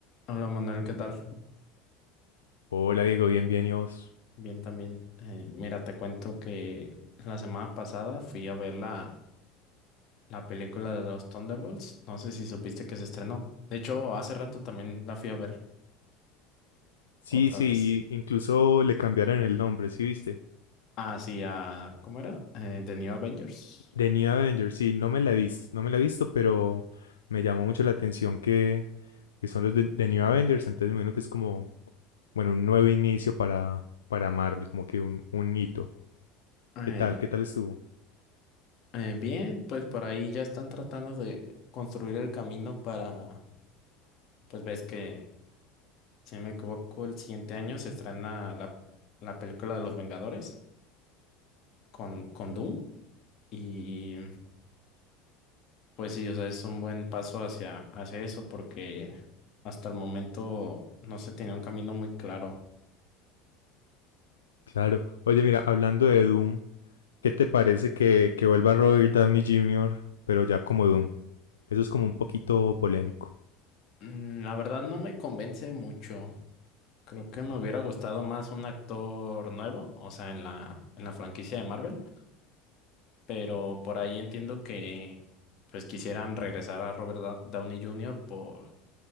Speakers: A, on the left; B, on the left.
A: Hola Manuel, ¿qué tal?
B: Hola Diego, bien, bien, ¿y vos?
A: Bien también. Eh, mira, te cuento que la semana pasada fui a ver la, la película de los Thunderbolts. No sé si supiste que se estrenó. De hecho, hace rato también la fui a ver
B: Sí,
A: otra
B: sí,
A: vez.
B: y incluso le cambiaron el nombre, ¿sí viste?
A: Ah, sí, a, ¿cómo era? Eh, The New Avengers.
B: The New Avengers, sí, no me la he visto, no me la he visto, pero me llamó mucho la atención que, que son los de, The New Avengers, entonces bueno que es como, bueno, un nuevo inicio para, para Marvel, como que un, un hito.
A: Eh,
B: ¿Qué tal? ¿Qué tal estuvo?
A: eh, bien, pues por ahí ya están tratando de construir el camino para, pues ves que, si no me equivoco, el siguiente año se estrena la, la película de los Vengadores con, con Doom. Y pues sí, o sea, es un buen paso hacia, hacia eso porque hasta el momento no se tenía un camino muy claro.
B: Claro. Oye, mira, hablando de Doom, ¿qué te parece que, que vuelva Robert Downey Junior, pero ya como Doom? Eso es como un poquito polémico.
A: Mm, La verdad no me convence mucho. Creo que me hubiera gustado más un actor nuevo, o sea, en la, en la franquicia de Marvel, pero por ahí entiendo que pues quisieran regresar a Robert Da- Downey Jr. por,